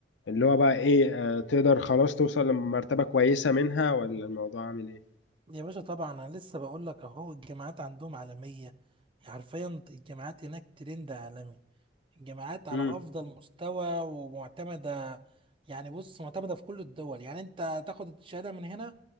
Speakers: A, on the left; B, on the right.
A: اللي هو بقى ايه آه تقدر خلاص توصل لمرتبة كويسة منها ولا الموضوع عامل ايه؟
B: يا باشا طبعا أنا لسه بقول لك أهو الجامعات عندهم عالمية حرفيا الجامعات هناك ترند عالمي الجامعات على
A: مم.
B: افضل مستوى ومعتمده يعني بص معتمده في كل الدول يعني انت تاخد الشهاده من هنا